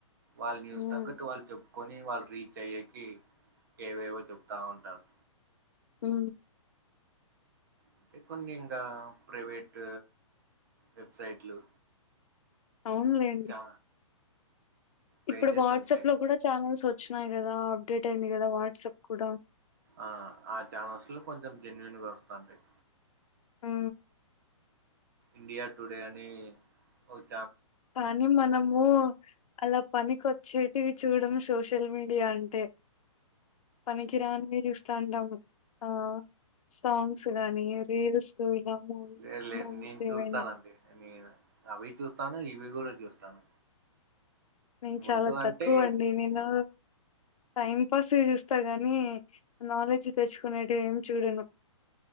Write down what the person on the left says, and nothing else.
హ్మ్
ఉ
అవునులేండి
ఇప్పుడు వాట్సాప్
లో కూడా చానల్స్ వచ్ వచ్చినాయి గదా అప్డేట్ అయింది కదా వాట్సాప్ కూడా
ఉ
కానీ మనము అలాప్ పనికి వచ్చేటివి చూడం సోషల్ మీడియా అంటే పనికి రానివి చూస్తా ఉంటాం ఆ సాంగ్స్ గానీ రీల్స్ ఇలా మూవీ
మూవీస్
ఏవైనా
నేను
చాలా తక్కువ
అండి నేను టైం పాస్ గా చూస్తా గాని నాలెడ్జ్ తెచ్చుకునేటివి ఏం చూడను